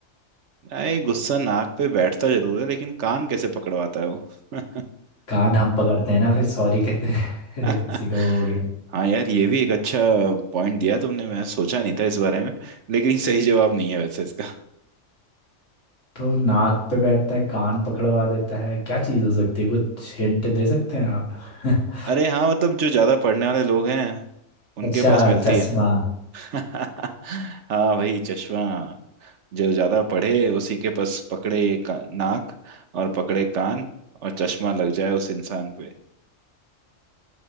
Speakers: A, on the right; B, on the left.
A: अरे गुस्सा नाक पे बैठता जरूर है लेकिन कान कैसे पकड़वाता है वो <laughs>
B: कान हम पकड़ते हैं ना फिर सॉरी कहते हैं
A: <laughs>
B: <laughs> किसी का वो हो
A: हाँ यार ये भी एक अच्छा पॉइंट दिया तुमने मैं सोचा नहीं था इस बारे में लेकिन सही जवाब नहीं है वैसे इसका
B: तो नाक पे बैठता है कान पकड़वा देता है क्या चीज हो सकती है कुछ हिंट दे सकते हैं आप <laughs>
A: अरे हाँ मतलब जो ज्यादा पढ़ने वाले लोग हैं उनके
B: अच्छा
A: पास मिलती
B: चश्मा
A: है <laughs> हाँ भाई चश्मा जो ज्यादा पढ़े उसी के पास पकड़े ये का, नाक और पकड़े कान और चश्मा लग जाए उस इंसान पे